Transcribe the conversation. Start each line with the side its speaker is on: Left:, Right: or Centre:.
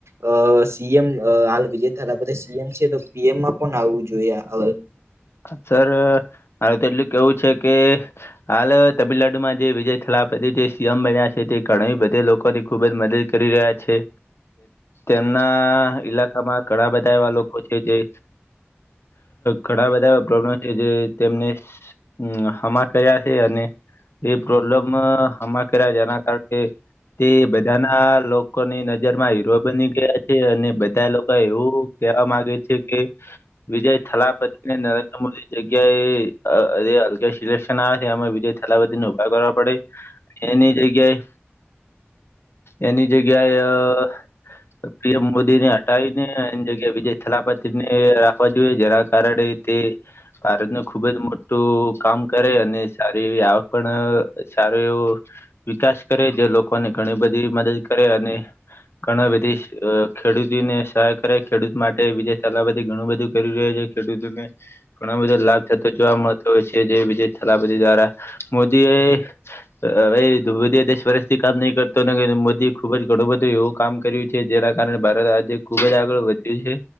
Right: અ પીએમ હાલ વિજય થાલાંપતિ સી એમ છે તો પી એમ માં કોણ આવવું જોઈએ અ
Left: સર અ મારે તો એટલું કેવું છે કે હાલ તમિલનાડુમાં જે વિજય થલાપતિ જે સી એમ બન્યા છે તે ઘણા બધે લોકોની ખુબ જ મદદ કરી રહ્યા છે તેમના ઈલાકામાં ઘણા બધા એવા લોકો છે જે ઘણા બધ પ્રોબ્લેમ છે જે તેમને હમ્મ હમા કર્યા છે અને એ પ્રોબ્લેમ હમા કર્યા જેના કારણે, તે બધાના લોક લોકોની નજર માં હીરો બની ગયા છે. અને બધા લોકો એવું કેવા માંગે છે કે વિજય થલાપતિ નરેન્દ્ર મોદી જગ્યાએ અ જે અગલે સિલેક્શન આવે છે. એમાં વિજય થલાપતિ ને ઉભા કરવા પડે. એની જગ્યાએ એની જગ્યાએ અ પીએમ મોદી ને હટાવીને એ જગ્યાએ વિજય થલાપતિ ને રાખવા જોઈએ જેના કારણે તે ભારતનું ખુબ જ મોટું કામ કરે અને સારી એવી આવક પણ સારું એવું વિકાસ કરે જે લોકોને ઘણી બધી મદદ કરે અને ઘણા વિદેશ ખેડૂતીને સહાય કરે ખેડૂત માટે વિજય થાલાંપતી ચલાવ બધી ઘણું બધું કરી રહ્યો છે. ખેડૂતોને. ઘણ બધો લાભ થતો જોવા મળતો હોય છે. જે વિજય થેલાપતિ દ્વારા મોદી એ અરે મોદી દસ વર્ષથી કામ નહી કરતો ન મોદીએ ખુબ જ ઘણું બધો એવું કામ કર્યું છે. જેના કારણે ભારત રાજ્ય ખુબ જ આગળ વધ્યું છે.